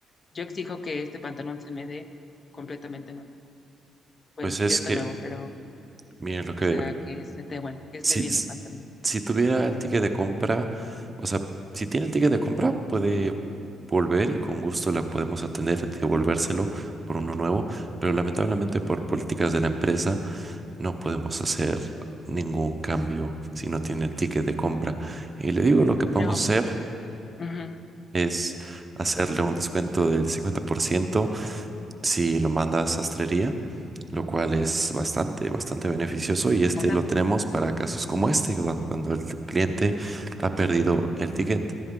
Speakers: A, on the left; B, on the right.
A: yo exijo que este pantalón se me dé completamente nuevo. Bueno,
B: pues es
A: ya está
B: que,
A: nuevo, pero,
B: miren, lo que,
A: o sea, que esté bueno, que esté
B: si,
A: bien el pantalón.
B: si tuviera el ticket de compra, o sea, si tiene el ticket de compra, puede volver y con gusto la podemos atender, devolvérselo por uno nuevo, pero lamentablemente por políticas de la empresa. no podemos hacer ningún cambio si no tiene el ticket de compra. Y le digo, lo que podemos
A: Pero,
B: hacer
A: ujú,
B: es hacerle un descuento del 50% si lo manda a sastrería, lo cual es bastante, bastante beneficioso y este
A: o sea,
B: lo tenemos para casos como este, cuando cuando el cliente ha perdido el ticket